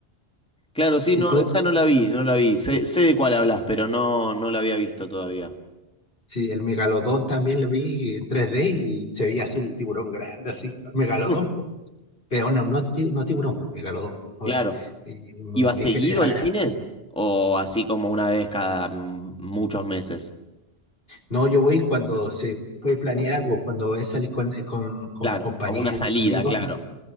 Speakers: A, in the centre; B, on the left (about 60°).
A: Claro, sí,
B: Y
A: no,
B: tú,
A: esa no la vi, no la vi. Sé, sé de cuál hablas, pero no, no la había visto todavía.
B: sí, el megalodón también lo vi en 3D y se veía así el tiburón grande, así, megalodón,
A: Mm,
B: pues. Pero no, no, ti- no tiburón, pues, megalodón, pues, obvio.
A: Claro.
B: Y, mm,
A: ¿Iba seguido
B: y gen- era
A: al
B: grande.
A: cine? ¿O así como una vez cada mm, muchos meses?
B: No, yo voy cuando se puede planear algo, cuando voy a salir con, con, con
A: Claro,
B: los compañeros,
A: como una salida,
B: amigos,
A: claro.